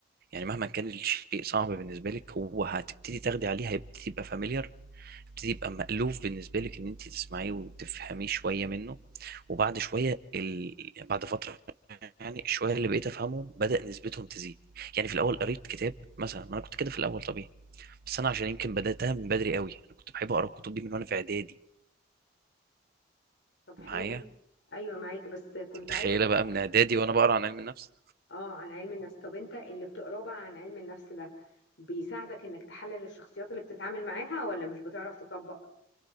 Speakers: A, on the right (about 55°); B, on the left (about 70°).
A: يعني مهما كان الشيء صعب بالنسبة لك هو هتبتدي تاخدي عليه هيبتدي يبقى فاميليار هيبتدي يبقى مألوف بالنسبة لك إن أنت تسمعيه وتفهميه شوية منه وبعد شوية ال... بعد فترة يعني شويه اللي بقيت افهمهم بدا نسبتهم تزيد يعني في الاول قريت كتاب مثلا ما انا كنت كده في الاول طبيعي بس انا عشان يمكن بداتها من بدري قوي انا كنت بحب اقرا الكتب دي من وانا في اعدادي
B: طب حلو
A: معايا انت
B: ايوه معاك بس كنت
A: متخيله
B: عايزه اسالك
A: بقى من اعدادي وانا بقرا عن علم النفس
B: اه عن علم النفس طب انت اللي بتقراه بقى عن علم النفس ده بيساعدك انك تحلل الشخصيات اللي بتتعامل معاها ولا مش بتعرف تطبق